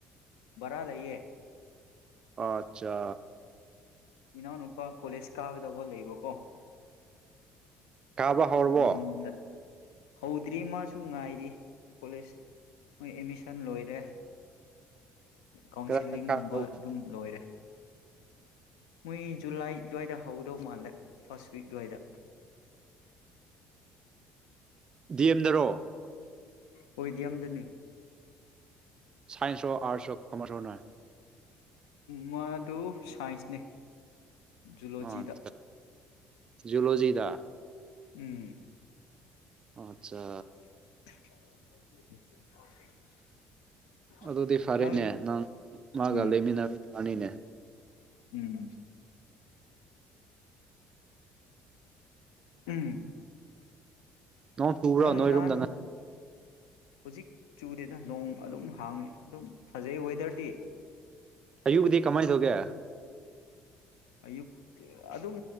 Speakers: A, on the left; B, on the right.
A: ꯕꯔꯥ ꯂꯩꯌꯦ
B: ꯑꯆꯥ
A: ꯏꯅꯥꯎꯅꯨꯄꯥ ꯀꯣꯂꯦꯖ ꯀꯥꯒꯗꯧꯕ ꯂꯩꯕꯀꯣ
B: ꯀꯥꯕ ꯍꯧꯔꯕꯣ
A: ꯃꯥꯥꯉꯣꯟꯗ ꯍꯧꯗ꯭ꯔꯤ ꯃꯥꯁꯨ ꯉꯥꯏꯔꯤ ꯀꯣꯂꯦꯖ ꯃꯣꯏ ꯑꯦꯠꯃꯤꯁꯟ ꯂꯣꯏꯔꯦ ꯀꯥꯎꯟꯁꯤꯂꯤꯡꯒꯨꯝꯕ
B: ꯀꯗꯥꯏꯗ ꯀꯥꯗꯧꯕ
A: ꯑꯗꯨꯝ ꯂꯣꯏꯔꯦ ꯃꯣꯏ ꯖꯨꯂꯥꯏ ꯑꯗꯨꯋꯥꯏꯗ ꯍꯧꯗꯧ ꯃꯥꯜꯂꯦ ꯐꯥꯔꯁ ꯋꯤꯛ ꯑꯗꯨꯋꯥꯏꯗ
B: ꯗꯤ ꯑꯦꯝꯗꯔꯣ
A: ꯍꯣꯢ ꯗꯤ ꯑꯦꯝꯗꯅꯤ
B: ꯁꯥꯏꯟꯁꯣ ꯑꯔꯠꯁ ꯑꯣ ꯀꯃꯔꯁ ꯔꯣ ꯅꯣꯢ
A: ꯃꯥꯗꯨ ꯁꯥꯏꯟꯁꯅꯦ ꯖꯨꯂꯣꯖꯤꯗ
B: ꯑꯆꯥ ꯖꯨꯂꯣꯖꯤꯗ
A: ꯎꯝ
B: ꯑꯠꯆꯥ
A: <inaudible>
B: ꯑꯗꯨꯗꯤ ꯐꯔꯦꯅꯦ
A: ꯅꯪ
B: ꯃꯥꯒ
A: ꯎꯝ
B: ꯂꯩꯃꯤꯟꯅꯕ ꯌꯥꯅꯤꯅꯦ
A: ꯎꯝ ꯎꯝ
B: ꯅꯣꯡ ꯆꯨꯕ꯭ꯔꯣ
A: ꯅꯪ
B: ꯅꯣꯏꯔꯣꯝꯗ
A: ꯅꯍꯥꯟ ꯍꯧꯖꯤꯛ ꯆꯨꯗꯦꯗ ꯅꯣꯡ ꯑꯗꯨꯝ ꯍꯥꯡꯉꯤ ꯑꯗꯨꯝ ꯐꯖꯩ ꯋꯦꯗꯔꯗꯤ
B: ꯑꯌꯨꯛꯗꯤ ꯀꯃꯥꯏꯅ ꯇꯧꯒꯦ
A: ꯑꯌꯨꯛꯇ ꯑꯗꯨꯝ